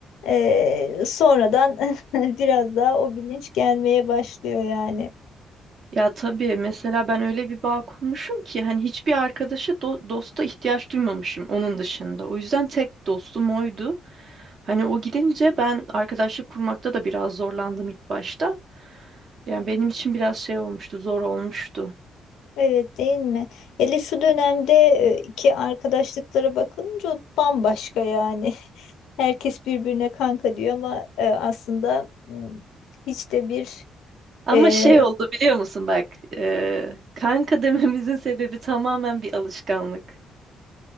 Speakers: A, on the left (about 85°); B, on the right (about 55°).
A: e, sonradan <laughs> biraz daha o bilinç gelmeye başlıyor yani.
B: Ya tabii mesela ben öyle bir bağ kurmuşum ki hani hiçbir arkadaşa do- dosta ihtiyaç duymamışım onun dışında. O yüzden tek dostum oydu. Hani o gidince ben arkadaşlık kurmakta da biraz zorlandım ilk başta. Yani benim için biraz şey olmuştu, zor olmuştu.
A: Evet değil mi? Hele şu dönemde e, ki arkadaşlıklara bakılınca o bambaşka yani. Herkes birbirine kanka diyor ama e, aslında m, hiç de bir
B: Ama
A: e,
B: şey oldu biliyor musun bak, eee, kanka dememizin sebebi tamamen bir alışkanlık.